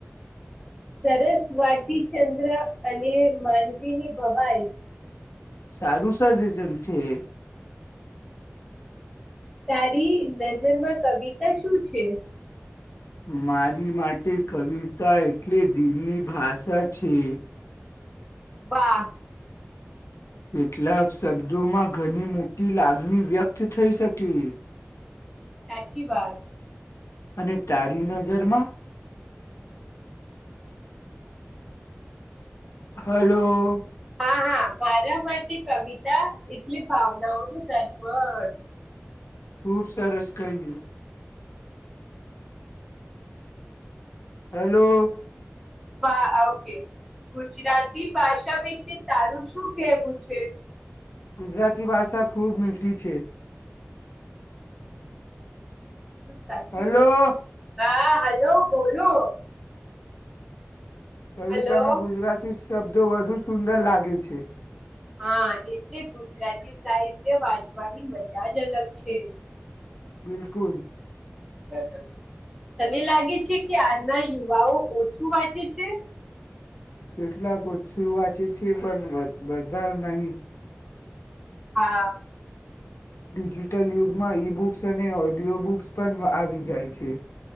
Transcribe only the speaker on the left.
સારું સજેશનછે.
મારી માટે કવિતા એટલે દિલની ભાષા છે.
કેટલાક શબ્દોમાં ઘણી મોટી લાગણી વ્યક્ત થઈ શકે.
અને તારી નજરમાં? હલો.
ખુબ સરસ કહ્યું હેલો
ગુજરાતી ભાષા ખૂબ મીઠી છે
હલો
કવિતામાં
ગુજરાતી શબ્દો વધુ સુંદર લાગે છે
બિલકુલ
કેટલાકછું વાચી છે પણ બા નહીં
ડિજિટલ યુગમાં ઈ બુક્સ અને ઓડિયો બુક્સ પણ આવી જાય છે